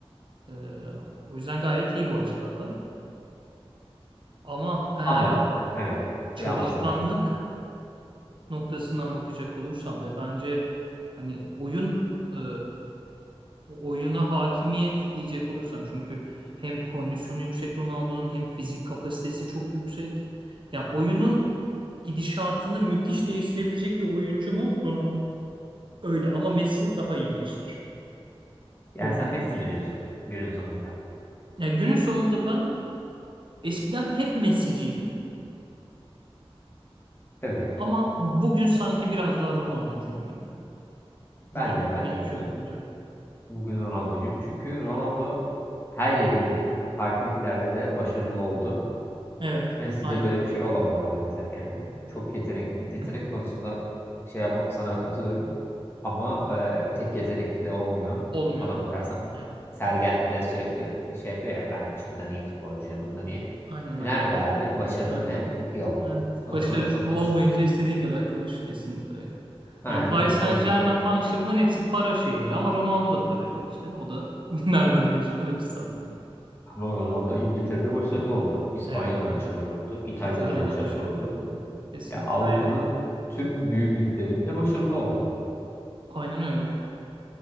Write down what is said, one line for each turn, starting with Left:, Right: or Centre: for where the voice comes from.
Right: E, o yüzden gayet iyi bu açılardan. Ama eğer
Left: Ama evet
Right: çalışkanlık
Left: bir aması var.
Right: noktasından bakacak olursam ve bence hani oyun e, oyuna hakimiyet diyecek olursam çünkü hem kondisyonu yüksek Ronaldo'nun hem fizik kapasitesi çok yüksek. Yani oyunun gidişatını müthiş değiştirebilecek bir oyuncu mu Ronaldo? Öyle ama Messi daha iyi değiştirir.
Left: Yani
Right: Oyunun
Left: sen Messi
Right: gidişatını.
Left: mi diyorsun günün sonunda?
Right: Ya günün sonunda ben eskiden hep Messi'ciydim.
Left: Evet
Right: Ama bugün sanki biraz daha Ronaldo'cuyum gibi.
Left: ben
Right: Bugün
Left: de ben
Right: geçmişe
Left: de bugün
Right: bakınca.
Left: bugün Ronaldo'cuyum. Çünkü Ronaldo her yere gidip farklı liglerde de başarılı oldu.
Right: Evet,
Left: Messi'de
Right: aynen.
Left: böyle bir şey olamadı maalesef yani. Çok yetenek
Right: <clears throat>
Left: yetenek konusunda şey yap sana katılıyorum. Ama e, tek yetenek de olmuyor.
Right: Olmuyor
Left: Ona
Right: abi.
Left: bakarsan
Right: Aynen.
Left: Sergen de sürekli şey yapıyor ya ben şundan iyi futbolcuyum, bundan iyi.
Right: Aynen
Left: E
Right: aynen.
Left: nerede abi? Başarın
Right: Evet.
Left: ne? Yok.
Right: Evet.
Left: O
Right: Başarı
Left: zaman çok
Right: olmayınca
Left: konuşma.
Right: istediğin kadar konuş kesinlikle öyle.
Left: Aynen
Right: Yani Paris
Left: öyle.
Right: Saint-Germain
Left: O,
Right: falan işte bunların hepsi para şeyleri. Ama Ronaldo da para değil işte. O da <laughs> nerede oynuyor şu an? Arabistan'da oynuyor.
Left: ama Ronaldo İngiltere'de başarılı oldu. İspanya'da
Right: Evet aynen.
Left: başarılı oldu. İtalya'da
Right: İtalya'da
Left: başarılı
Right: başarılı
Left: oldu.
Right: oldu. Kesinlikle
Left: Ya Avrupa'nın
Right: her yerde.
Left: tüm büyük liglerinde başarılı oldu.
Right: Aynen öyle.